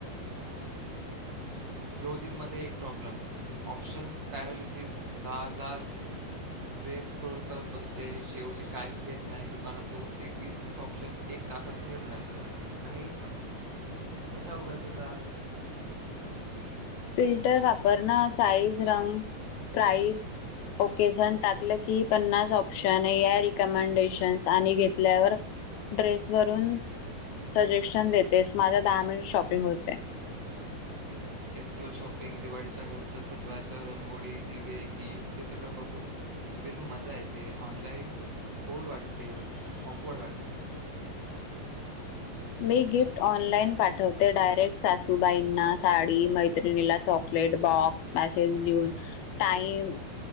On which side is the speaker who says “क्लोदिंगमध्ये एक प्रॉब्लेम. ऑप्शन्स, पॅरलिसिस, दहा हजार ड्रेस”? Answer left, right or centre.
Right